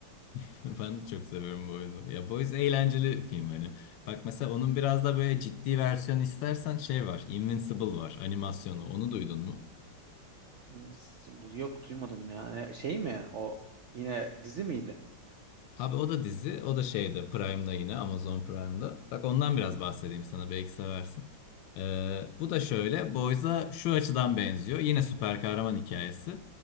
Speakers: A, on the left (about 75°); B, on the right (about 85°).
A: <laughs> Ben de çok seviyorum Boys'u. Ya Boys eğlenceli film hani. Bak mesela onun biraz da böyle ciddi versiyon istersen şey var. Invincible var animasyonu. Onu duydun mu?
B: Hmm, Yok duymadım yani. Şey mi? O yine dizi miydi?
A: Abi o da dizi, o da şeyde Prime'da yine Amazon Prime'da. Bak ondan biraz bahsedeyim sana belki seversin. Ee, bu da şöyle Boys'a şu açıdan benziyor. Yine süper kahraman hikayesi.